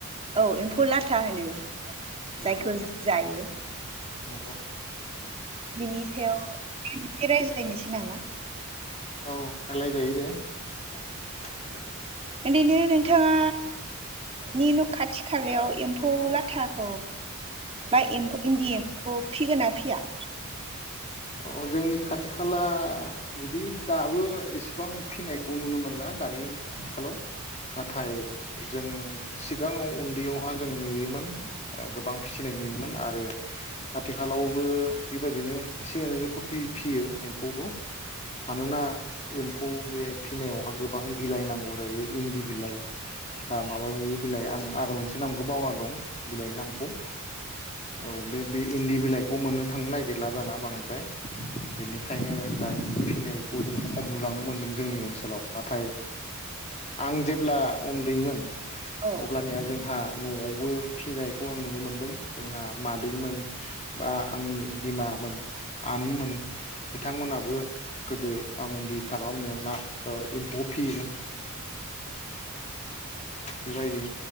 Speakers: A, on the right; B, on the left.
A: औ एम्फौ लाथा होनो
B: नंगौ
A: जायखौ जों जायो
B: नंगौ
A: बिनि सायाव <unintelligible> रायलायनोसै नामा
B: औ रायलाय <unintelligible>
A: ओरैनो नोंथाङा नि न खाथि खालायाव एम्फौ लाथाखौ बा इन्दि एम्फौखौ फिगोन ना फिया
B: अ जोंनि खाथि खाला बिदि दाबो एसेबां फिनायखौ नुनो मोनला दानि आथिखालाव नाथाय जों सिगाङाव उन्दैयावहा जों नुयो गोबां फिसिनाय नुयोमोन आरो आथिखालावबो बेबायदिनो <unintelligible> फियो एम्फौखौ मानोना एम्फौ बे फिनायावहाय गोबां बिलाइ नांगौ जायो इन्दि बिलाइ बा माबा माबि बिलाइ आं आरो मोनसे नामखौ बावना दं बिलाइनि नामखौ औ बे बे इन्दि बिलाइ बेखौ मोननो थांनो नागिरला दाना बां द्राय बेनिखायनो दानि फिनायखौ जों खम नुलांनो मोनदों जोंनि ओनसोलाव नाथाय आं जेब्ला उन्दैमोन, अब्लानिया
A: औ
B: जों जोंहा न'आवबो फिनायखौ आं नुनो मोनदों जोंहा मादैमोन बा आंनि बिमामोन, आनैमोन बिथांमोनाबो गोदो आं उन्दै थाबा मोननिया ना ओ एम्फौखौ फियोमोन बेबायदि